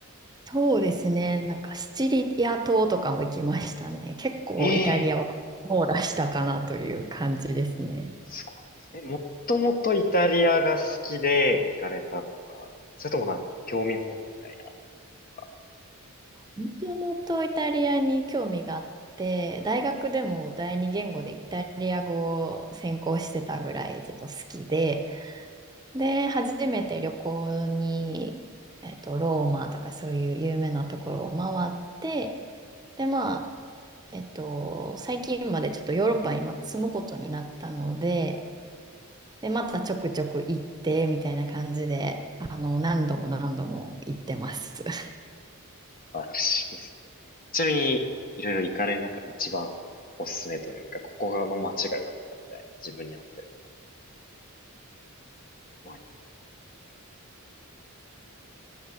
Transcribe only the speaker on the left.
ええすごいですね。もっともとイタリアが好きで行かれたとか、それともなんか興味本位みたいなのが
あるしですね。ちなみに、いろいろ行かれる中で一番おすすめというか、ここがの街が良かったみたいな、自分に合ってるみたいなのあり